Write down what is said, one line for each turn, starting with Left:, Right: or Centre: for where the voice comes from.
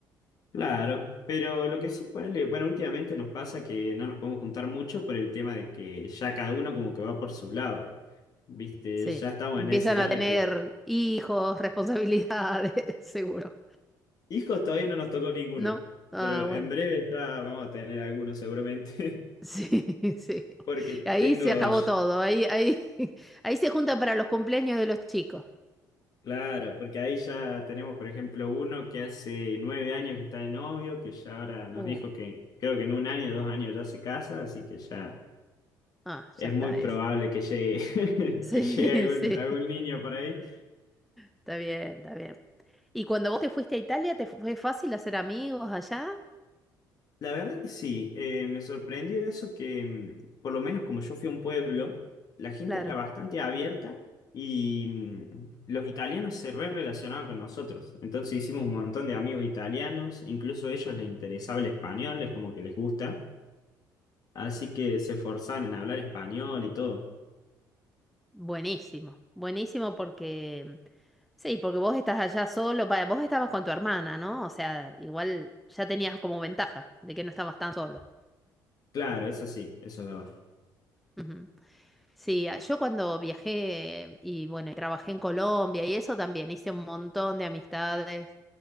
Left: Claro, pero lo que sí, ponele, bueno, últimamente nos pasa que no nos podemos juntar mucho por el tema de que ya cada uno como que va por su lado. Viste,
Centre: Sí.
Left: ya estamos
Centre: Empiezan
Left: en esa edad
Centre: a
Left: en
Centre: tener
Left: la que
Centre: hijos, responsabilidades, <laughs> seguro.
Left: hijos todavía no nos tocó ninguno,
Centre: ¿No? Ah,
Left: pero
Centre: bueno.
Left: en breve ya vamos a tener algunos seguramente,
Centre: Sí, <laughs> sí.
Left: <laughs> porque
Centre: Ahí
Left: tengo
Centre: se acabó todo. Ahí, ahí, <laughs> ahí se juntan para los cumpleaños de los chicos.
Left: Claro, porque ahí ya tenemos, por ejemplo, uno que hace nueve años que está de novio, que ya ahora nos
Centre: Uh,
Left: dijo que creo que en un año, dos años ya se casa, así que ya
Centre: ah,
Left: es
Centre: ya está
Left: muy probable
Centre: ese.
Left: que llegue,
Centre: Sí,
Left: <laughs> que llegue algún,
Centre: <laughs> sí.
Left: algún niño por ahí.
Centre: Está bien, está bien. Y cuando vos te fuiste a Italia, ¿te fue fácil hacer amigos allá?
Left: La verdad que sí, eh, me sorprendió eso que, mm, por lo menos como yo fui a un pueblo, la gente
Centre: Claro,
Left: era bastante abierta y mm, los italianos se re relacionaban con nosotros. Entonces hicimos un montón de amigos italianos, incluso a ellos les interesaba el español, es como que les gusta. Así que se esforzaban en hablar español y todo.
Centre: buenísimo, buenísimo porque, sí, porque vos estás allá solo, vaya, vos estabas con tu hermana, ¿no? O sea, igual ya tenías como ventaja de que no estabas tan solo.
Left: Claro, eso sí, eso es verdad.
Centre: Ujú. Sí, a- yo cuando viajé y bueno, y trabajé en Colombia y eso también hice un montón de amistades